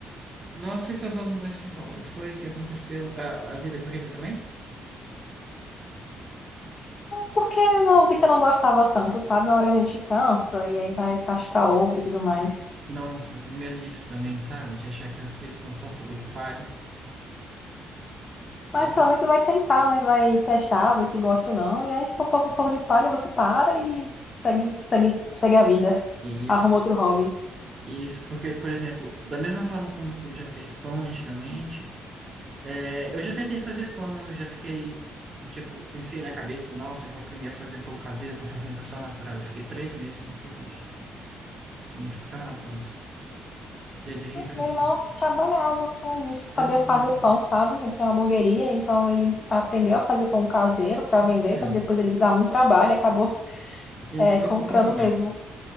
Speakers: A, on the right (about 45°); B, on the left (about 45°).
A: Nossa, e tu abandonou esse hobby. Foi o que aconteceu? A, a vida corrida também?
B: Porque eu não vi que eu não gostava tanto, sabe? Uma hora a gente cansa e aí vai parte para outra e tudo mais.
A: Nossa, eu tenho medo disso também, sabe? De achar que as coisas são só fogo de palha.
B: Mas
A: É,
B: pelo menos você vai tentar, né? Vai testar, ver se gosta ou não. E aí, se for pouco pouco de falha, você para e segue, segue, segue a vida. <laughs>
A: Isso,
B: Arruma outro hobby.
A: isso, porque, por exemplo, da mesma forma como tu já fez pão antigamente, É, eu já tentei fazer pão, eu já fiquei, tipo, enfiei na cabeça, nossa, eu vou aprender a fazer pão caseiro com fermentação natural. Eu fiquei três meses nesse vício, assim, sim, ficcionado por isso. E adivinha o que aconteceu?
B: Meu irmão trabalhava com isso, sabia
A: Pois é,
B: fazer
A: né?
B: pão, sabe? Ele tinha uma hamburgueria, então ele aprendeu a fazer pão caseiro para vender,
A: olha,
B: só que depois ele dava muito trabalho e acabou
A: e
B: é,
A: não se preocupe
B: comprando
A: com o problema.
B: mesmo.